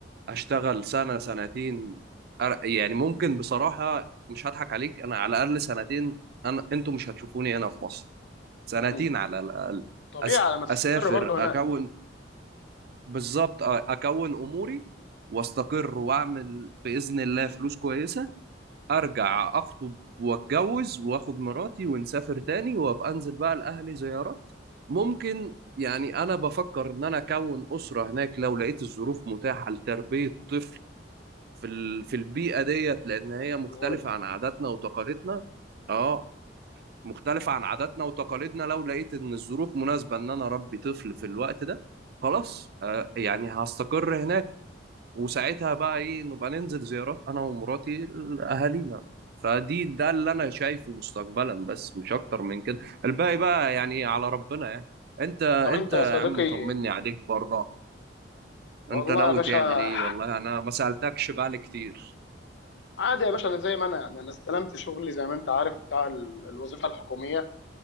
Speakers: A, on the right; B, on the left.
A: اشتغل سنه سنتين أر- يعني ممكن بصراحه مش هضحك عليك انا على الاقل سنتين انا انتوا مش هتشوفوني هنا في مصر سنتين
B: مم.
A: على الاقل
B: طبيعي
A: أس...
B: على ما تستقر
A: اسافر
B: برضه
A: اكون
B: هناك
A: بالظبط أ- اكون اموري واستقر واعمل باذن الله فلوس كويسه ارجع اخطب واتجوز واخد مراتي ونسافر تاني وابقى انزل بقى لاهلي زيارات ممكن يعني انا بفكر ان انا اكون اسره هناك لو لقيت الظروف متاحه لتربيه طفل في ال... في البيئة ديت لأن هي مختلفة
B: في الغربه
A: عن عاداتنا وتقاليدنا اه مختلفة عن عاداتنا وتقاليدنا لو لقيت إن الظروف مناسبة إن أنا أربي طفل في الوقت ده خلاص آه يعني هستقر هناك وساعتها بقى إيه نبقى ننزل زيارات أنا ومراتي لأهالينا فدي ده اللي أنا شايفه مستقبلا بس مش أكتر من كده الباقي بقى يعني على ربنا يعني أنت أنت
B: طب انت يا
A: يا
B: صديقي
A: عم طمني عليك برضه
B: والله
A: أنت ناوي
B: يا باشا
A: تعمل إيه والله أنا ما سألتكش بقى كتير
B: عادي يا باشا انا زي ما انا يعني انا استلمت شغلي زي ما انت عارف بتاع ال- الوظيفه الحكوميه